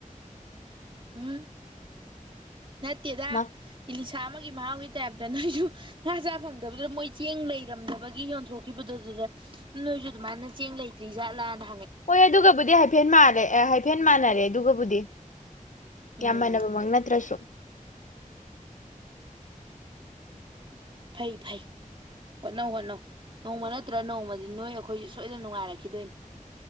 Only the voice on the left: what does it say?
ꯑꯃ
ꯍꯣꯏ ꯑꯗꯨꯒꯕꯨ ꯍꯥꯏꯐꯦꯠ ꯃꯅꯩ ꯑꯦ ꯃꯅꯥꯔꯦ ꯑꯗꯨꯒꯥꯕꯨꯗꯤ
ꯌꯥꯝ ꯃꯅꯥꯕꯥꯃꯛ ꯅꯥꯠꯔꯁꯨ